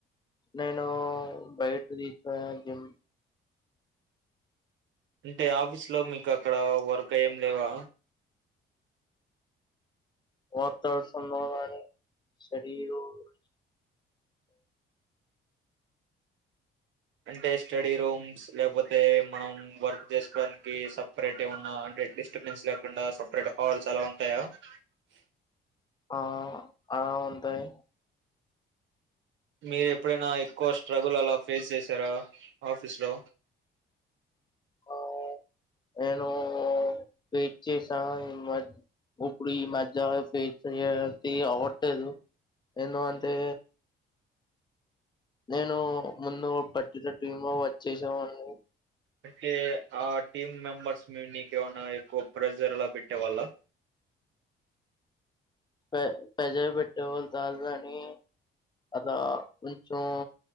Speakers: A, on the left (about 20°); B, on the right (about 70°).
A: నేను బయట తీసుకునే జిమ్
B: అంటే ఆఫీస్ లో మీకు అక్కడ వర్క్ ఏం లేవా.
A: వతడుసుండవుగాని స్టడీ రూం <inaudible>
B: అంటే స్టడీ రూమ్స్ లేకపోతే మనం వర్క్ చేసుకోడానికి సపరేట్ ఏమన్నా అంటే డిస్టబెన్స్ లేకుండా స పరేట్ హాల్స్ అలా ఉంటాయా. ఇ
A: ఆ అ ఉంటాయి.
B: మీరు ఎప్పుడైనా ఎక్కువ స్ట్రగుల్ అలా ఫేస్ చేసారా ఆఫీస్ లో.
A: అవును నేను ఫేస్ చేసా ఈ మ ఉప్పుడు ఈ మధ్య ఫేస్ చే అవ్వట్లేదు ఎందుకు అంటే నేను ముందు పట్టిన టీమ్ లో వర్క్ చేసావాన్ని.
B: అంటే ఆ టీమ్ మెంబర్స్ మీ నీకు ఏమన్నా ఎక్కువ ప్రెజర్లా పెట్టే వాళ్ళ.
A: పె ప్రెజర్ పెట్టేవాళ్ళు కాదు కాని అలా కొంచెం